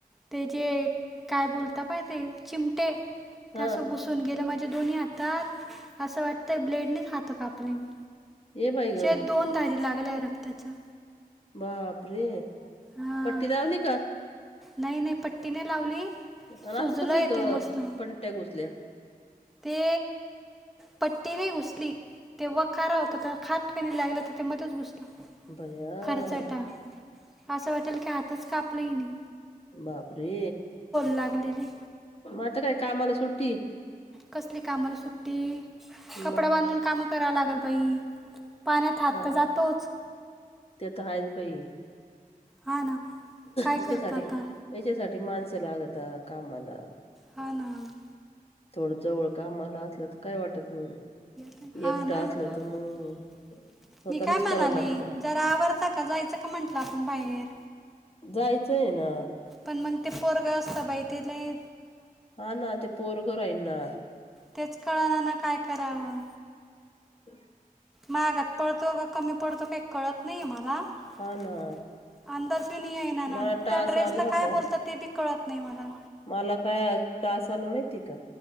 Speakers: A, in the centre; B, on the left (about 40°).
A: ते जे काय बोलता, बा ते चिमटे.
B: हा
A: ते असं घुसून गेलं माझ्या दोन्ही हातात, असं वाटतंय ब्लेडनेचं हात कापलेय मी.
B: ये बाई ग
A: शेत दोन धारी लागल्याय रक्ताच्या.
B: बापरे!
A: हां
B: पट्टी लावली का?
A: नाही नाही, पट्टी नाही लावली.
B: आणि
A: सुजलंय
B: असं कसं इथं
A: ते मस्त
B: पट्टया घोसल्या?
A: ते पट्टी नाही घुसली ते वखारा होता, खाटकाणी लागला ते मधेचं घुसलं
B: भैया
A: खर्चटा असं वाटेल की, हातचं कापले हेनी.
B: बापरे!
A: लागलेले
B: म आता काय कामाला सुट्टी?
A: कसली कामाला सुट्टी
B: मग
A: कपडा बांधून काम कराव लागलं बाई. पाण्यात हात
B: हा
A: तर जातोच.
B: ते तर हायच बाई.
A: हां ना. काय
B: हच्यासाठी
A: करता आता
B: हच्यासाठी माणसं लागत कामाला.
A: हा ना.
B: थोडं जवळ कामाला असलं तर काय वाटत नाही
A: <unintelligible>
B: एकटं असलं तर <inaudible>
A: मी काय म्हणाली
B: करावं लागतं
A: जरा आवरता का जायचं का म्हंटलं आपण बाहेर.
B: जायचंय ना.
A: पण मग ते पोरग असता बाई ते लई
B: हा ना ते पोरगं राहीन ना.
A: तेच कळणा ना काय करावं.
B: <inaudible>
A: माहगात पडतो का कमी पडतो काही कळत नाही मला. आ,
B: हा ना
A: आंदाज घेऊन याय <unintelligible>
B: मला टास
A: त्या ड्रेस
B: आला
A: ला
B: होता
A: काय बोलतात ते कळत नाही मला,
B: मला काय टास आला माहिती का